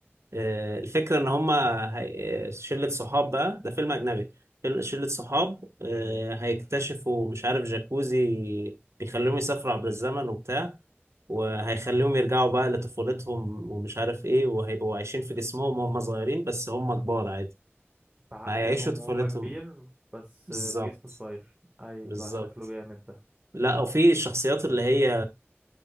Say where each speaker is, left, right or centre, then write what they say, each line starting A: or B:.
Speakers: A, on the right; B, on the right.
A: آه، الفكرة ان هما هي- آه، شلة صحاب بقى ده فيلم اجنبي فيلم- شلة صحاب آه، هيكتشفوا مش عارف جاكوزي بيخليهم يسافروا عبر الزمن وبتاع وهيخليهم يرجعوا بقى لطفولتهم ومش عارف ايه وهيبقوا عايشين في جسمهم وهم صغيرين بس هم كبار عادي
B: بعقلهم
A: فهيعيشوا طفولتهم
B: هم كبير بس
A: بالظبط
B: آه، بجسم صغير ايوه
A: بالظبط
B: لا شكله جامد ده
A: لا وفي الشخصيات اللي هي